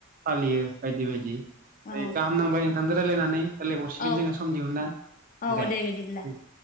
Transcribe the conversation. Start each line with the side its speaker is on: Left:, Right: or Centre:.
Right: फालियो बायदि बायदि। फ्राय
Left: औ
Right: गाहाम नांबाय नोंथांदो रायलायनानै। रायलायबावसिगोन
Left: औ
Right: जोङो सम दिहुनना
Left: औ
Right: दे
Left: बिदिब्ला
Right: उम।